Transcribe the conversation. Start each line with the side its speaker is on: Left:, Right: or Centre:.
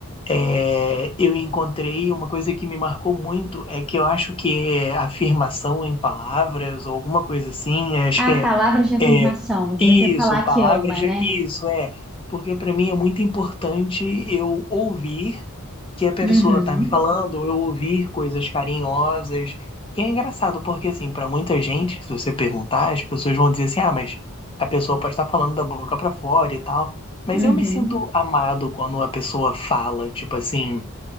Left: é, eu encontrei uma coisa que me marcou muito, é que eu acho que é afirmação em palavras ou alguma coisa assim, acho
Centre: a
Left: que é,
Centre: palavra de afirmação,
Left: é
Centre: de
Left: isso,
Centre: você falar
Left: palavras,
Centre: que ama,
Left: de-
Centre: né?
Left: isso, é, porque para mim é muito importante eu ouvir que a pessoa
Centre: Uhum,
Left: tá me falando, eu ouvir coisas carinhosas. E é engraçado, porque assim, pra muita gente, se você perguntar, as pessoas vão dizer assim: "Ah, mas a pessoa pode estar falando da boca pra fora e tal". Mas
Centre: uhum.
Left: eu me sinto amado quando a pessoa fala, tipo assim,